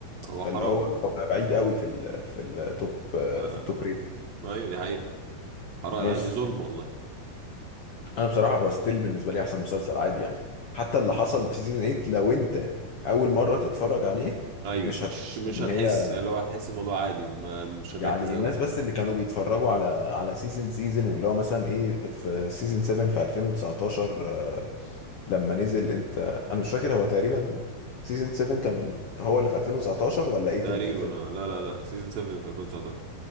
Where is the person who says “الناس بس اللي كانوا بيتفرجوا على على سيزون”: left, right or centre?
Left